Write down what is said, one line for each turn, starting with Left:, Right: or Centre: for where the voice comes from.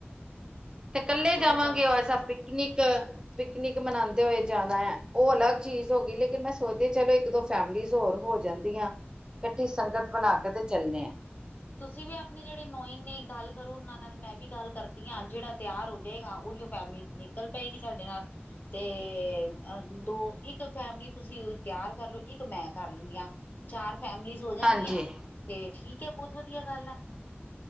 Right: ਤੇ ਕੱਲੇ
Left: ਚਲੋ
Right: ਜਾਵਾਂਗੇ
Left: ਕਰ
Right: ਔਰ ਸਬ ਪਿਕਨਿਕ ਪਿਕਨਿਕ ਮਨਾਂਦੇ ਹੋਏ ਜਾਨੈ। ਓ ਅਲੱਗ ਚੀਜ ਹੋ ਗੀ ਲੇਕਿਨ ਮੈਂ ਸੋਚਦੀ ਆਂ ਚਲੋ ਇੱਕ ਦੋ ਫੈਮਲੀਜ਼ ਹੋਰ ਹੋ ਜਾਂਦੀਆਂ ਕੱਠੀ ਸੰਗਤ ਬਣਾ ਕੇ ਤੇ ਚੱਲਨੇ ਆਂ।
Left: ਤੁਸੀ ਵੀ ਆਪਣੇ ਜੜੇ ਨੋਇੰਗ ਨੇ, ਗੱਲ ਕਰੋ ਓਨਾਂ ਨਾਲ ਮੈਂ ਵੀ ਗੱਲ ਕਰਦੀ ਆਂ, ਜੜਾ ਤਿਆਰ ਹੋਜੇਗਾ ਓਈਯੋ ਫੈਮਲੀ ਨਿਕਲ ਪਏਗੀ ਸਾਡੇ ਨਾਲ ਤੇ ਅ ਦੋ, ਇੱਕ ਫੈਮਲੀ ਤੁਸੀ ਤਿਆਰ ਕਰ ਲੋ ਇੱਕ ਮੈਂ ਕਰ ਲੇਂਦੀ ਆਂ। ਚਾਰ ਫੈਮਲੀਜ਼ ਹੋ ਜਾਣਗੀਆਂ
Right: ਹਾਂਜੀ
Left: ਤੇ ਠੀਕ ਏ ਬੋਤ ਵਧੀਆ ਗੱਲ ਐ।